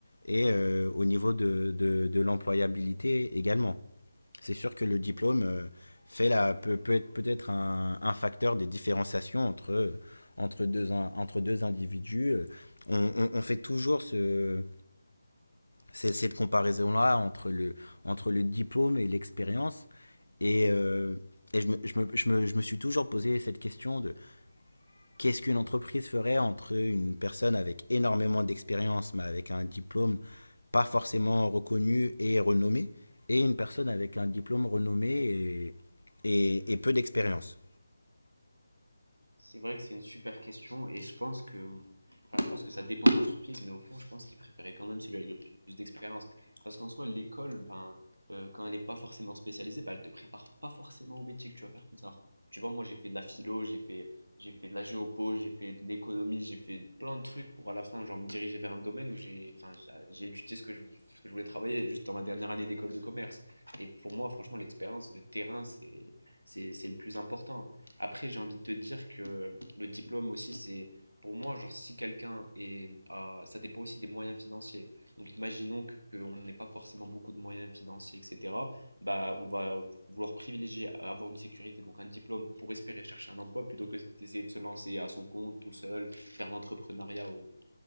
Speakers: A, on the left; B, on the right.
A: et euh, au niveau de, de, de l'employabilité également. C'est sûr que le diplôme euh, fait la, peut, peut être peut-être un, un facteur des différenciations entre, euh, entre, deux, entre deux individus. euh. On, on- on fait toujours ce, cette comparaison-là entre le, entre le diplôme et l'expérience. Et, euh, et je, me, je, me, je, me, je me suis toujours posé cette question de qu'est-ce qu'une entreprise ferait entre une personne avec énormément d'expérience mais avec un diplôme pas forcément reconnue et renommée, et une personne avec un diplôme renommé et, et, et peu d'expérience.
B: C'est vrai que c'est une super question et je pense que, enfin, je pense que ça dépend de l'entreprise, mais au fond, je pense qu'il préférait quand même celui avec le plus d'expérience. Parce qu'en soi, l'école, enfin, euh, quand elle n'est pas forcément spécialisée, bah, elle te prépare pas forcément au métier que tu vas faire plus tard. Tu vois, moi, j'ai fait de la philo, j'ai fait, j'ai fait de la géopo, j'ai fait de l'économie, j'ai fait plein de trucs pour à la fin, genre, me diriger vers un domaine où j'ai, enfin, j'a- j'ai étudié ce que je, vou- ce que je voulais travailler juste dans ma dernière année d'école de commerce. Et pour moi, franchement, l'expérience de terrain, c'est, c'est, c'est le plus important. Après, j'ai envie de te dire que le diplôme aussi, c'est pour moi, genre, si quelqu'un est. à- ça dépend aussi des moyens financiers. Donc, imaginons qu'on n'ait pas forcément beaucoup de moyens financiers, etc. Bah, on va vouloir privilégier à avoir une sécurité, donc un diplôme pour espérer chercher un emploi plutôt que d'essayer de se lancer à son compte, tout seul, faire de l'entrepreneuriat. Ou...